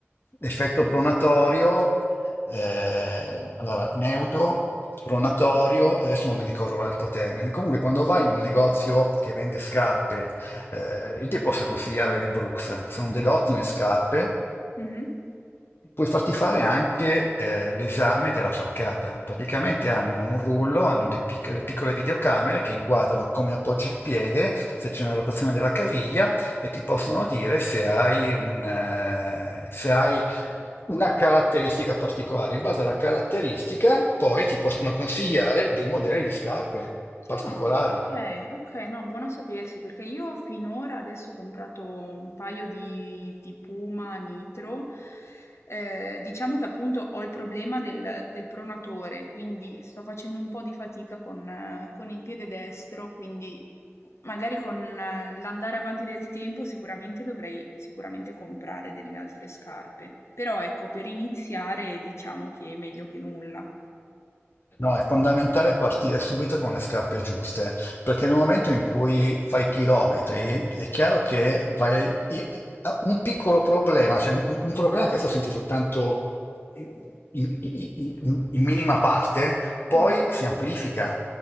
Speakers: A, on the left; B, on the left.
A: effetto pronatorio, eh, allora, neutro, pronatorio, adesso non mi ricordo l'altro termine. Comunque, quando vai in un negozio
B: sì.
A: che vende scarpe eh, io ti posso consigliare le Brooks, che sono delle ottime scarpe.
B: Mhm.
A: Puoi farti fare anche eh, l'esame della falcata. Praticamente hanno un rullo, hanno dei pic- delle piccole videocamere che inquadrano come appoggi il piede, se c'è una rotazione della caviglia e ti possono dire se hai un, eh, se hai una caratteristica particolare. In base alla caratteristica, poi ti possono consigliare dei modelli di scarpe particolari.
B: Ah, okay, okay, no, buono a sapersi perché io finora adesso ho comprato un paio di di Puma Nitro. Ehm, diciamo che appunto ho il problema del del pronatore, quindi sto facendo un po' di fatica con eh, con il piede destro, quindi magari con eh, l'andare avanti del tempo sicuramente dovrei sicuramente comprare delle altre scarpe. Però ecco, per iniziare diciamo che è meglio che nulla.
A: No, è fondamentale partire subito con le scarpe giuste, perché nel momento in cui fai chilometri, è chiaro che vai i- i- a- un piccolo problema, cioè un, un problema che adesso senti soltanto in, in- in- in- in minima parte, poi
B: Mh-mh.
A: si amplifica.